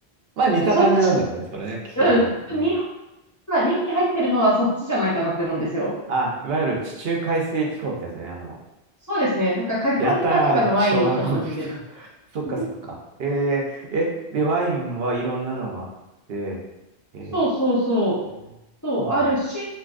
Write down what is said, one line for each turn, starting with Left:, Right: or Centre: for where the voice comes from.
Right: まあ似た感じなんだろうね。
Left: そっち、
Right: それね、気候的に。
Left: うん。
Right: うん。
Left: 日本が、日本に入ってるのはそっちじゃないかなって思うんですよ。
Right: あ、いわゆる地中海性気候ってやつね。あの、
Left: そうですね。だからカリフォルニアとかのワインにちょっと似てる。
Right: やたら小学校の時とか。<laughs> そっかそっか。
Left: <laughs>
Right: えー、え、で、ワインはいろんなのがあって、え
Left: そうそうそう。
Right: ー、
Left: そう、
Right: そうなんだ。
Left: あるし、